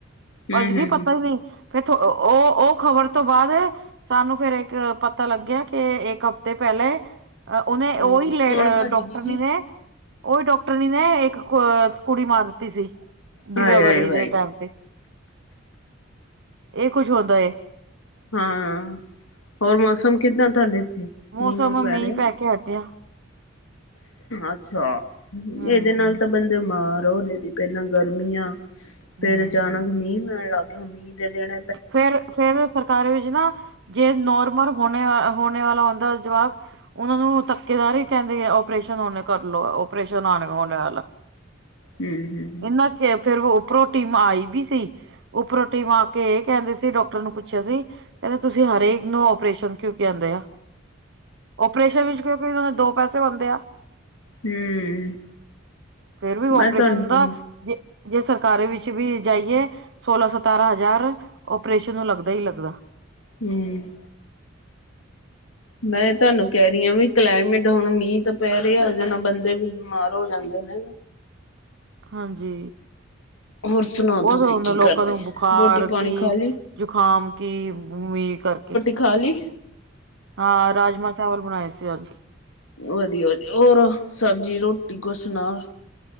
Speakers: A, on the left; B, on the right.
A: ਹਮ
B: ਭੱਜਗੀ
A: ਹਮ
B: ਪਤਾ
A: ਹਮ
B: ਹੀ ਨਹੀਂ ਫਿਰ ਉਹ, ਉਹ ਖ਼ਬਰ ਤੋਂ ਬਾਅਦ ਸਾਨੂੰ ਫੇਰ ਤ ਅ ਪਤਾ ਲੱਗਿਆ ਕਿ ਇੱਕ ਹਫ਼ਤੇ ਪਹਿਲੇ ਉਹਨੇ
A: ਹਮ
B: ਉਹੀ ਲ
A: ਕੌਣ ਭੱਜ
B: ਡਾਕਟਰਨੀ
A: ਗਈ ਜੀ
B: ਨੇ ਉਹੀ ਡਾਕਟਰਨੀ ਨੇ ਇੱਕ ਕੁੜੀ ਮਾਰ ਦਿੱਤੀ ਸੀ ਡਿਲਵਰੀ
A: ਹਾਏ ਹਾਏ ਵਾਹਿਗੁਰੂ
B: ਦੇ ਟਾਈਮ ਤੇ। ਇਹ ਕੁੱਝ ਹੁੰਦਾ ਏ।
A: ਹਮ ਹੋਰ ਮੌਸਮ ਕਿੱਦਾਂ ਤੁਹਾਡੇ ਇੱਥੇ?
B: ਮੌਸਮ
A: ਮੀਂਹ ਮੂੰਹ
B: ਮੀਂਹ
A: ਰਿਹਾ
B: ਪੈ ਕੇ ਹਟਿਆ।
A: ਅੱਛਾ
B: ਹੂੰ
A: ਜਿਹਦੇ ਨਾਲ ਤਾਂ ਬੰਦੇ ਬੀਮਾਰ ਹੋ ਜਾਂਦੇ। ਪਹਿਲਾਂ ਗਰਮੀਆਂ
B: ਹੂੰ
A: ਫੇਰ ਅਚਾਨਕ ਮੀਂਹ ਪੈਣ ਲੱਗ ਗਿਆ ਮੀਂਹ ਦੇ ਦਿਨ
B: ਫੇਰ ਫੇਰ ਸਰਕਾਰੀ ਵਿੱਚ ਨਾ ਜੇ ਨੋਰਮਲ ਹੋਣੇ, ਹੋਣੇ ਵਾਲਾ ਹੁੰਦਾ ਜਵਾਕ ਉਹਨਾਂ ਨੂੰ ਧੱਕੇ ਨਾਲ ਹੀ ਕਹਿੰਦੇ ਆ ਓਪਰੇਸ਼ਨ ਹੁਨੇ ਕਰ ਲਓ ਓਪਰੇਸ਼ਨ ਹੋਣੇ ਵਾਲਾ।
A: ਹਮ ਹਮ
B: ਇਹਨਾਂ ਫੇਰ ਫੇਰ ਉਪਰੋਂ ਟੀਮ ਆਈ ਵੀ ਸੀ। ਉਪਰੋ ਟੀਮ ਆ ਕੇ ਇਹ ਕਹਿੰਦੇ ਸੀ, ਡਾਕਟਰ ਨੂੰ ਪੁੱਛਿਆ ਸੀ, ਕਹਿੰਦੇ ਤੁਸੀਂ ਹਰੇਕ ਨੂੰ ਉਪਓਰੇਸ਼ਨ ਕਿਉਂਕਿ ਕਹਿੰਦੇ ਆ, ਓਪਰੇਸ਼ਨ ਵਿੱਚ ਕਿਉਂਕਿ ਉਹ ਦੋ ਪੈਸੇ ਬਣਦੇ ਆ
A: ਹਮ
B: ਫੇਰ ਵੀ
A: ਮੈਂ
B: ਓਪਰੇਸ਼ਨ
A: ਤਾਂ ਨ
B: ਦਾ
A: ਤ
B: ਜੇ ਜੇ ਸਰਕਾਰਾਂ ਵਿੱਚ ਵੀ ਜਾਈਏ। ਸੋਲਾਂ, ਸਤਾਰਾਂ, ਹਜ਼ਾਰ ਓਪਰੇਸ਼ਨ ਨੂੰ ਲੱਗਦਾ ਹੀ ਲੱਗਦਾ।
A: ਹਮ ਮੈਂ ਤੁਹਾਨੂੰ ਕਹਿ ਰਹੀ ਹਾਂ, ਵੀ ਕਲਾਈਮੇਟ ਹੁਣ ਮੀਂਹ ਤਾਂ ਪੈ ਰਿਹਾ, ਉਹਦੇ ਨਾਲ ਬੰਦੇ ਵੀ ਬਿਮਾਰ ਹੋ ਜਾਂਦੇ ਨੇ
B: ਹਾਂਜੀ
A: ਹੋਰ ਸੁਣਾਓ
B: ਬਹੁਤ
A: ਤੁਸੀਂ
B: ਹੁੰਦਾ,
A: ਕੀ
B: ਲੋਕਾਂ
A: ਕਰਦੇ
B: ਨੂੰ ਬੁਖਾਰ
A: ਰੋਟੀ ਪਾਣੀ
B: ਕੀ,
A: ਖਾ ਲਈ
B: ਜੁਕਾਮ ਕੀ ਮੀਂ ਕਰਕੇ
A: ਖਾਲੀ
B: ਹਾਂ, ਰਾਜਮਾਂ -ਚਾਵਲ ਬਣਾਏ ਸੀ ਅੱਜ
A: ਵਧੀਆ ਵਧੀਆ ਹੋਰ ਸਬਜ਼ੀ ਰੋਟੀ ਕੁਛ ਨਾਲ